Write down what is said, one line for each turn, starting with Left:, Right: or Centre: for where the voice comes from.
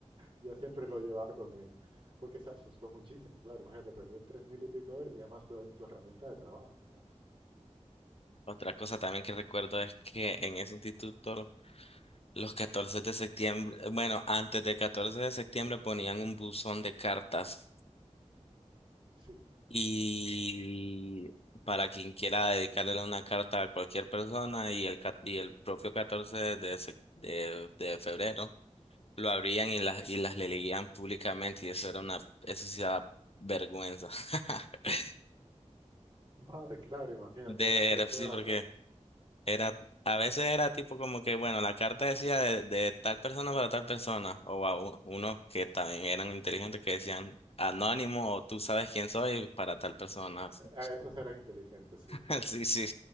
Right: Ya siempre lo llevaba con él. Porque se asustó muchísimo, claro. Imagínate perder tres mil y pico de horas y además tu, tu herramienta de trabajo, claro.
Left: Otra cosa también que recuerdo es que en ese instituto Los 14 de septiembre, bueno, antes del 14 de septiembre ponían un buzón de cartas
Right: Sí.
Left: y para quien quiera dedicarle una carta a cualquier persona y el, ca- y el propio 14 de, sec- de, de febrero lo abrían y las, y las leían públicamente y eso era una, eso sí da vergüenza. <laughs>
Right: Madre, claro, imagínate,
Left: De,
Right: delante de toda
Left: sí,
Right: la
Left: porque
Right: clase.
Left: Era, a veces era tipo como que, bueno, la carta decía de, de tal persona para tal persona, o a u- unos que también eran inteligentes que decían anónimo o tú sabes quién soy para tal persona. Sí,
Right: A esos eran inteligentes, sí.
Left: <laughs> sí, sí,